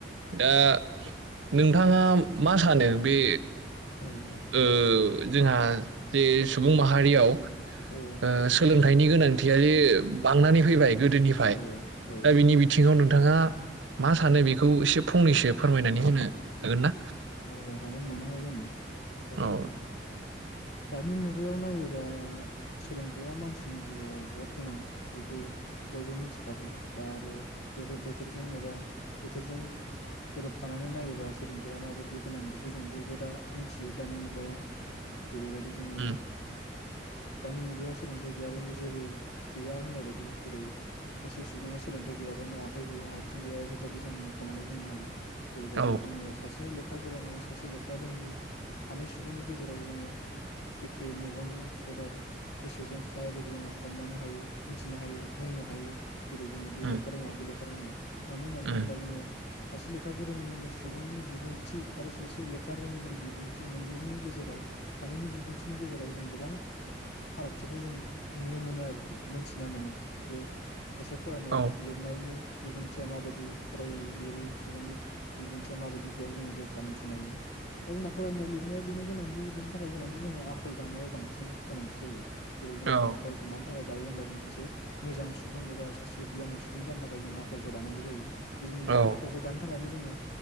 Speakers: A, on the right; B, on the left.
A: दा नोंथाङा मा सानो बे
B: नंगौ औ
A: ओ जोंहा जे सुबुं माहारियाव ओ
B: औ औ
A: सोलों थायनि गोनांथियारि बांनानै फैबाय गोदोनिफ्राय
B: औ औ
A: दा बिनि बिथिङाव नोंथाङा मा सानो बेखौ एसे फंनैसो फोरमायनानै होनो हागोन ना?
B: औ हागोन मानो हाया जानो दा
A: औ।
B: दानि मुगायाव नायोबा सोलोंथाइया मानसिनि जिउआव बहुद गोनां बेखौ बयबो मिथिखागौ दा आरो <unintelligible> थोरजों एबा बोथोरजों गोरोबफानानै नायोबा सोलोंथायाइया माबायदि गोनां बेखौ जों बयबो दा मिथियो दानि मुगायाव। जेरैबायदि जोङो
A: उम
B: दानि मुगायाव सोलोंथाइ गैयाबानो जेबो गैया होननाय बायदि जेरै सासे सुबुङा सोलोंथाइ गैयाबानो आखाइ गैया आथिं गैया बेफोरबायदि जों मुखनानै बुंनो हायो। जेरैबायदि
A: औ
B: जोङो सासे लेख लेखा गोरों आरो सासे लेखा रोङि सानै सुबुंनि गेजेराव जोङो एखे मेगनजों एबा गोसोजों दडाइरेक्ट जोङो हमनानै हायो मोनथिनो हायो बुंनो हायो। जेरै जोङो बे
A: उम
B: लेखा रोङा बे लेखा फोरोङो। मानो होननानै
A: उम
B: बुङोबा जोङो सासे लेखा गोरोंनि सुबुंनि बिबुंथि आरो सासे लेखा रोङिनि बिबुंथि मोननैनि गेजेराव सानैनि बिबुंथिनि गेजेराव जों गोबां फारागथिखौ जों नुनो मोनो आरोखि मोनथिना मोनो जे सासे फरायनाय
A: औ
B: लिरनायनि बिबुंथिया माबायदि फरायै लिरै सुबुंनि बिबुंथिया माबायदि बेयाव जों रोखा मोनथिनो हायो दा जोंना फरायनाय लिरनाया बेनि गोनांथि बे नि थाखाय गोनांथि जोङो आखल दानायाव बांसिन गोनांथि जायो। जेरै जोङा
A: औ
B: आखलखौ मान थाखाय दायो होमबा जों सासे मोजां सुबुं एबा सासे गियानि सुबुं जानो थाखाय जों आखलखौ दानांगौ जायो। बि जोंनि
A: औ
B: आखलखौ दानो थाखायनो जोंङो